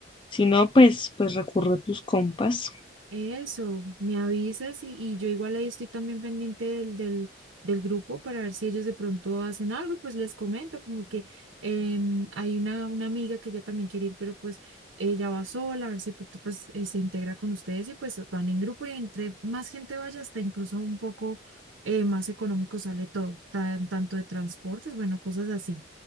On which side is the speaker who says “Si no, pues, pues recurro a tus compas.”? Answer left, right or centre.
Left